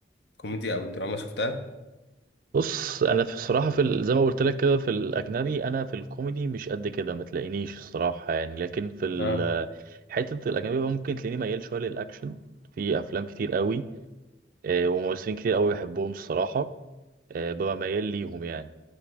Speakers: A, on the left (about 65°); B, on the right (about 50°).
A: كوميديا أو دراما شفتها؟
B: بص انا في الصراحة في ال- زي ما قلت لك كده في الاجنبي انا في الكوميدي مش قد كده ما تلاقينيش الصراحة يعني لكن في ال-
A: اه
B: حتة الاجنبي بقى ممكن تلاقيني ميال شوية للاكشن في افلام كتير قوي آه، وممثلين كتير قوي بحبهم الصراحة آه، ببقى ميال ليهم يعني